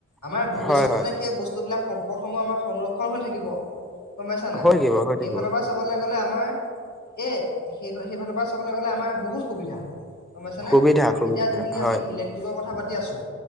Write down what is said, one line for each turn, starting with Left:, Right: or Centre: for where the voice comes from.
Left: আমাৰ ভৱিষ্যতলৈ
Centre: হয় হয়
Left: সেই বস্তুবিলাক সম্পদসমূহ আমাৰ সংৰক্ষণ হৈ থাকিব। গম পাইছা নাই?
Centre: হৈ থাকিব হৈ থাকিব
Left: সেইফালৰ পৰা চাবলৈ গলে তোমাৰ এই সে-সেইফালৰ পৰা চাবলৈ গলে আমাৰ বহুত সুবিধা। গম পাইছানে?
Centre: সুবিধা সুবিধা
Left: এতিয়া যিখিনি
Centre: হয়
Left: আমি ইলে্ট্ৰিকৰ কথা পাতি আছো